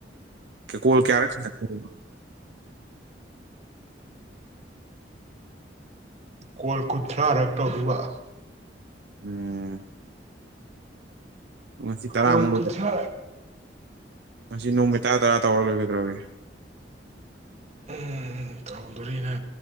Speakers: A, on the right; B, on the right.
A: ꯀꯩ ꯀꯣꯜ ꯀꯌꯥꯔꯛ ꯆꯟꯅꯈ꯭ꯔꯥꯒꯦ꯫
B: ꯀꯣꯜ ꯀꯨꯟꯊ꯭ꯔꯥꯔꯛ ꯇꯧꯗꯧꯕ꯫
A: ꯎꯝ ꯀꯣꯜꯁꯤ ꯇꯔꯥꯃꯨꯛ
B: ꯀꯣꯜ ꯀꯨꯟꯊ꯭ꯔꯥꯔꯛ
A: ꯉꯁꯤ ꯅꯣꯡꯃꯒꯤ ꯇꯔꯥ ꯇꯔꯥ ꯇꯧꯔ ꯂꯣꯏꯔꯦ ꯀꯩꯗ꯭ꯧꯔꯒꯦ꯫
B: ꯎꯝ ꯇꯧꯗꯣꯔꯤꯅꯦ